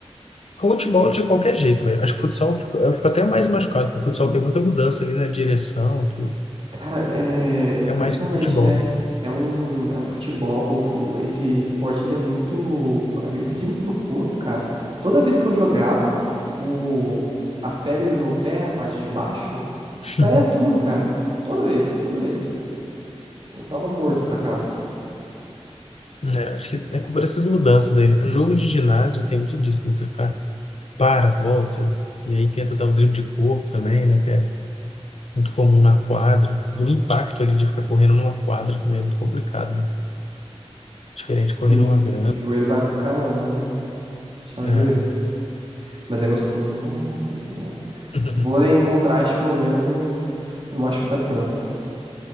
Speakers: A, on the left (about 70°); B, on the right (about 50°).
A: Futebol de qualquer jeito, velho. Acho que futsal eu fico, eu fico até mais machucado, porque o futsal tem muita mudança ali na direção, tudo.
B: Cara, é impressionante,
A: É mais que o futebol.
B: né? É um, é um futebol. ou fu- Esse esporte ele é muito agressivo pro corpo, cara. Toda vez que eu jogava, o, a pele do meu pé, a parte de baixo,
A: <laughs>
B: saía tudo, cara. Toda vez, toda vez. Voltava morto pra casa.
A: É, acho que é culpa dessas mudanças aí, né? O jogo de ginásio tem muito disso, né? Você fica, para, volta, e aí tenta dar o drible de corpo também, né? Que é muito comum na quadra. E o impacto ali de ficar correndo numa quadra também é muito complicado, né? Diferente
B: Sim,
A: de correr numa grama.
B: o joelho vai pro caramba, né? te ajoelho.
A: É.
B: Mas é gostoso, nossa senhora.
A: <laughs>
B: Vôlei em contraste, pelo menos, eu não machuca tanto.